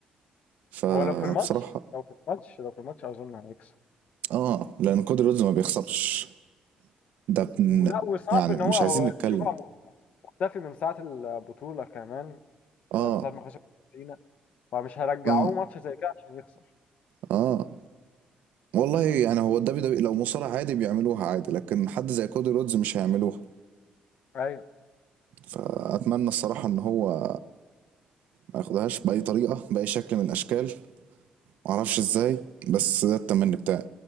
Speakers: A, on the right; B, on the left.
A: فبصراحه
B: هو لو في الماتش لو في الماتش لو في الماتش أظن هيكسب
A: اه لان كودي رودز ما بيخسرش ده بن...
B: ولا وصعب
A: يعني
B: إن
A: مش
B: هو هو
A: عايزين نتكلم
B: شوف هو مختفي من ساعة البطولة كمان
A: اه
B: يعني من ساعة ما خسر سينا فمش هيرجعوه
A: اه
B: ماتش زي كده عشان يخسر
A: اه والله يعني هو الدبليو دبليو لو مصارع عادي بيعملوها عادي لكن حد زي كودي رودز مش هيعملوها
B: أيوه
A: فاتمنى الصراحه ان هو ما ياخدهاش باي طريقه باي شكل من الاشكال معرفش ازاي بس ده التمني بتاعي